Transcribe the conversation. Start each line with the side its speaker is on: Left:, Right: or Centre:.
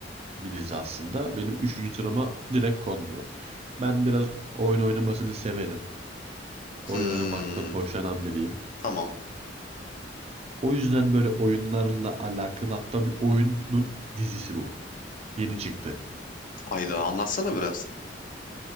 Right: bir dizi aslında. Benim 3. sırama direkt kondu. Ben biraz oyun oynamasını severim. Oyun
Left: Hmm,
Right: oynamaktan hoşlanan biriyim.
Left: tamam.
Right: O yüzden böyle oyunlarla alakalı hatta bir oyunun dizisi bu. Yeni çıktı.
Left: Hayda anlatsana biraz.